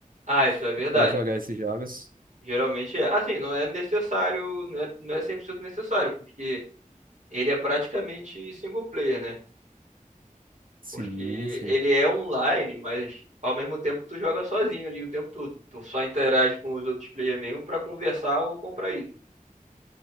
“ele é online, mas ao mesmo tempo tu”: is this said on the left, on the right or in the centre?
Right